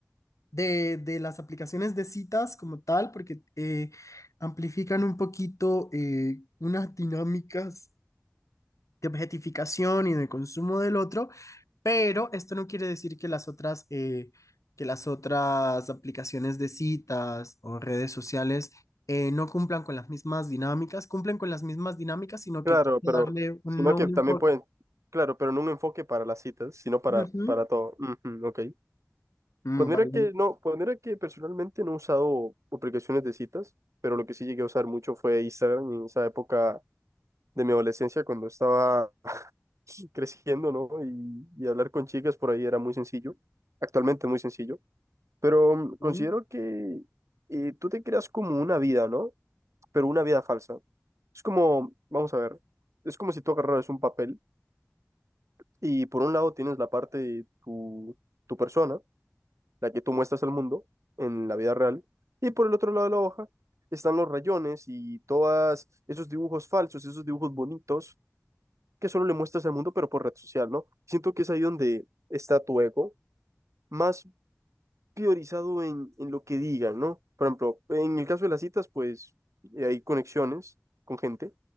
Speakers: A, on the left; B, on the right.
A: de, de las aplicaciones de citas como tal, porque eh, amplifican un poquito eh, unas dinámicas de objetificación y de consumo del otro, pero esto no quiere decir que las otras, eh, que las otras aplicaciones de citas o redes sociales eh, no cumplan con las mismas dinámicas, cumplen con las mismas dinámicas, sino
B: Claro,
A: que hay que
B: pero
A: darle un,
B: Sí. sino
A: no
B: que
A: un
B: también
A: enfoque.
B: pueden, claro, pero no un enfoque para las citas, sino para,
A: Ujú.
B: para todo. Ujú, ok.
A: Mm,
B: Pues mira
A: vale.
B: que no, pues mira que personalmente no he usado aplicaciones de citas, pero lo que sí llegué a usar mucho fue Instagram en esa época de mi adolescencia cuando estaba creciendo, ¿no? Y, y hablar con chicas por ahí era muy sencillo. Actualmente es muy sencillo, pero mm, considero
A: Mm,
B: que eh, tú te creas como una vida, ¿no? Pero una vida falsa. Es como, vamos a ver, es como si tú agarraras un papel Y por un lado tienes la parte de tu, tu persona, la que tú muestras al mundo en la vida real, y por el otro lado de la hoja están los rayones y todos esos dibujos falsos, esos dibujos bonitos que solo le muestras al mundo, pero por red social, ¿no? Siento que es ahí donde está tu ego, más priorizado en, en lo que digan, ¿no? Por ejemplo, en el caso de las citas, pues eh, hay conexiones con gente,